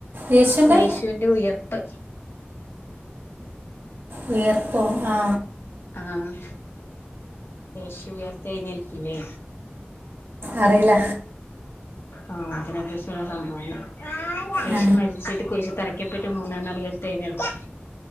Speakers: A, on the right (about 65°); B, on the left (about 65°).
A: യേശുവിൻ്റെ
B: യേശുവിന്റെ ഉയർപ്പ്
A: വിയർപ്പോആ
B: ആഹ് യേശു ഉയർത്തെഴുന്നേൽക്കില്ലേ
A: അറിയില്ല
B: ആഹ അതിനത്യാവശ്യുള്ള സംഭവമാണ് യേശു
A: ആ.
B: മരിച്ചിട്ട് കുരിശു തറയ് പെട്ട് മൂന്നാം നാൾ ഉയർത്തെഴുന്നേൽക്കും